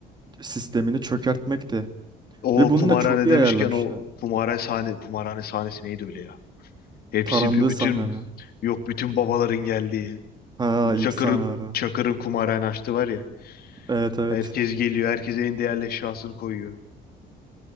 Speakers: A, on the right; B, on the left.
A: sistemini çökertmekti.
B: O
A: Ve bunu
B: kumarhane
A: da çok iyi
B: demişken
A: ayarlamışlar.
B: o kumarhane sahne kumarhane sahnesi neydi öyle ya? Hepsi
A: Tarandığı
B: bir- bütün
A: sahne mi?
B: yok bütün babaların geldiği.
A: Ha
B: Çakır'ın
A: ilk sahnelerden.
B: Çakır'ın kumarhane açtı var ya.
A: Evet evet.
B: Herkes geliyor. Herkes en değerli eşyasını koyuyor.